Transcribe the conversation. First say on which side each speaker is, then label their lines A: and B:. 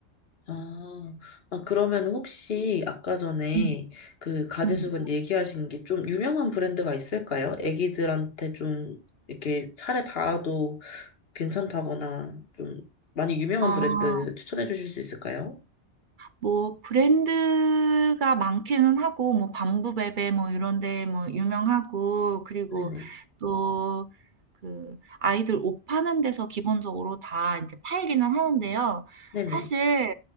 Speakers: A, on the left; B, on the right.
A: 아, 아, 그러면 혹시 아까 전에
B: 네네.
A: 그 가제수분
B: 음.
A: 얘기하신 게 좀 유명한 브랜드가 있을까요? 애기들한테 좀 이렇게 살에 닿아도 괜찮다거나 좀 많이 유명한
B: 아.
A: 브랜드 추천해 주실 수 있을까요?
B: 뭐 브랜드가 많기는 하고 뭐 밤부베베 뭐 이런 데 뭐 유명하고 그리고
A: 네네.
B: 또 그 아이들 옷 파는 데서 기본적으로 다 인제 팔기는 하는데요.
A: 네네.
B: 사실